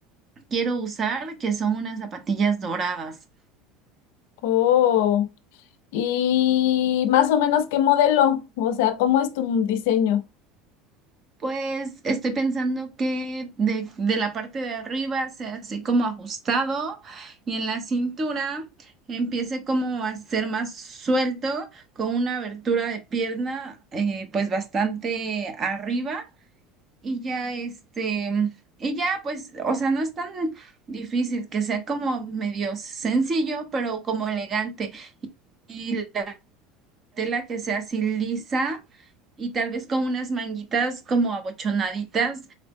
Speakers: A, on the right; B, on the left.
A: quiero usar, que son unas zapatillas doradas.
B: Oh, y más o menos qué modelo, o sea, ¿cómo es tu diseño?
A: Pues estoy pensando que de, de la parte de arriba sea así como ajustado y en la cintura empiece como a ser más suelto con una abertura de pierna eh, pues bastante arriba y ya este, y ya pues, o sea, no es tan difícil que sea como medio sencillo pero como elegante. y la tela que sea así lisa y tal vez con unas manguitas como abochonaditas,